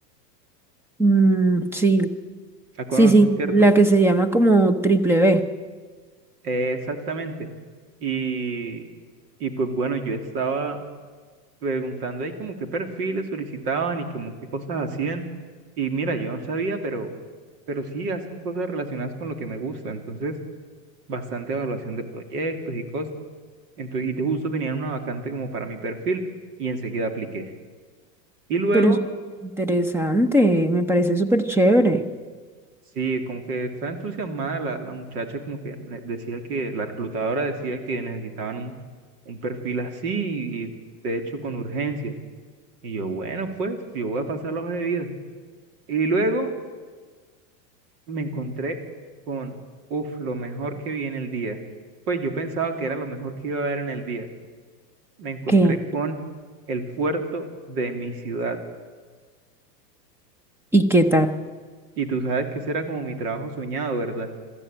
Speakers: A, in the centre; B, on the right.
A: Mm, sí.
B: La conoces,
A: Sí, sí,
B: ¿cierto?
A: la que se llama como Triple B.
B: Eh, exactamente. Y, y pues bueno, yo estaba preguntando ahí como qué perfiles solicitaban y como qué cosas hacían. Y mira, yo no sabía, pero, pero sí hacen cosas relacionadas con lo que me gusta. Entonces, bastante evaluación de proyectos y cosas. Entonces, y justo tenían una vacante como para mi perfil y enseguida apliqué. Y luego
A: Pero es interesante, me parece súper chévere.
B: Sí, como que estaba entusiasmada la, la muchacha, como que ne- decía que la reclutadora decía que necesitaban un, un perfil así y de hecho con urgencia. Y yo, bueno, pues yo voy a pasar la hoja de vida. Y luego me encontré con, uff, lo mejor que vi en el día. Pues yo pensaba que era lo mejor que iba a ver en el día. Me encontré
A: ¿Qué?
B: con el puerto de mi ciudad.
A: ¿Y qué tal?
B: Y tú sabes que ese era como mi trabajo soñado, ¿verdad?